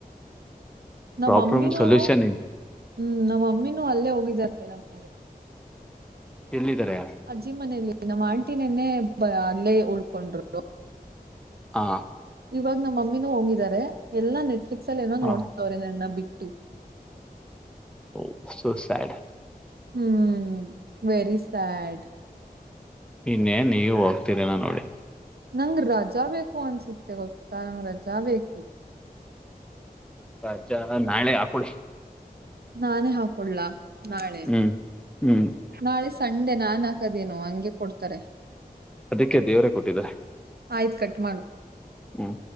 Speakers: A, on the right; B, in the centre.
A: ನಮ್ಮಮ್ಮಿನೂ
B: ಪ್ರಾಬ್ಲಮ್ ಸೊಲ್ಯೂಷನ್
A: ಹ್ಮ್, ನಮ್ಮಮ್ಮಿನೂ ಅಲ್ಲೇ ಹೋಗಿದ್ದರಂತೆ ನಮ್ಮನೆಗೆ.
B: ಎಲ್ಲಿದಿದ್ದಾರೆ?
A: ಅಜ್ಜಿ ಮನೇಲಿ. ನಮ್ಮ ಆಂಟ ನೆನ್ನೆ ಬ ಅಲ್ಲೇ ಉಳ್ಕೊಂಡ್ರು.
B: ಹಾ,
A: ಇವಾಗ ನಮ್ಮ ಮಮ್ಮಿನೂ ಹೋಗಿದ್ದಾರೆ. ಎಲ್ಲಾ ನೆಟ್ಫ್ಲಿಕ್ಸ್ ಅಲ್ಲಿ ಏನೋ
B: ಹ
A: ನೋಡ್ತವ್ರೆ ನನ್ನ ಬಿಟ್ಟು.
B: Oh, so sad
A: hmm, very sad-
B: ನಿನ್ನೇ ನೀವು ಹೋಗ್ತೀರೇನ ನೋಡಿ
A: ನಂಗ ರಜಾ ಬೇಕು ಅನ್ಸುತ್ತೆ ಗೊತ್ತಾ, ನಂಗ ರಜಾ ಬೇಕು.
B: ಅಜ್ಜಾ ನಾಳೆ ಹಾಕೊಳ್ಳಿ <unintelligible>
A: ನಾನೇ ಹಾಕೋಡ್ಲ ನಾಳೆ
B: ಹ್ಮ್ ಹ್ಮ್
A: ನಾಳೆ ಸಂಡೆ ನಾನ್ ಹಾಕದೇನು ಹಂಗೆ ಕೊಡ್ತಾರೆ.
B: ಅದಕ್ಕೆ ದೇವರೇ ಕೊಟ್ಟಿದ್ದಾರೆ.
A: ಆಯ್ತ್ ಕಟ್ ಮಾಡು
B: ಹ್ಮ್